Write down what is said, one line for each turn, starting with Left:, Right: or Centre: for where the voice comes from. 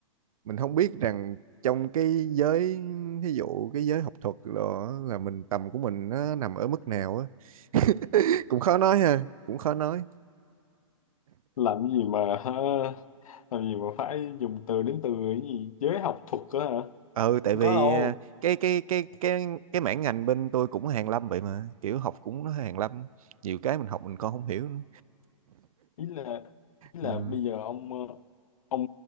Right: mình không biết rằng trong cái giới ví dụ cái giới học thuật là là mình tầm của mình nó nằm ở mức nào á <laughs> cũng khó nói ha cũng khó nói
Left: làm gì mà hả? làm gì mà phải dùng từ đến từ cái gì giới học thuật đó hả
Right: ừ tại
Left: không
Right: vì
Left: có đâu
Right: à, cái cái cái cái cái mảng ngành bên tôi cũng hàng lâm vậy mà kiểu học cũng nó hàng lâm nhiều cái mình học mình còn không hiểu nữa
Left: ý là ý là
Right: ừ.
Left: bây giờ ông ờ, ông